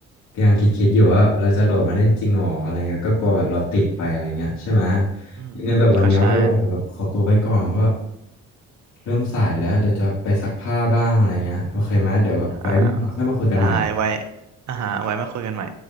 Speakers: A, on the left; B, on the right.
A: ก็ยังคิดๆอยู่ว่าเราจะโหลดมาเล่นจริงหรออะไรเงี้ยก็กลัวแบบเราติดไปอะไรเงี้ยใช่ไหม
B: อืมก็ใช่
A: ยังไงแบบวันเนี้ยว่าเราอาจจะแบบขอตัวไปก่อนเพราะแบบเริ่มสายแล้วเดี๋ยวจะไปซักผ้าบ้างอะไรเงี้ยโอเคไหมเดี๋ยวแบบไว้มีเวลาค่อยมาคุยกันใหม่
B: อ่าได้ไว้อ่าฮะไว้มาคุยกันใหม่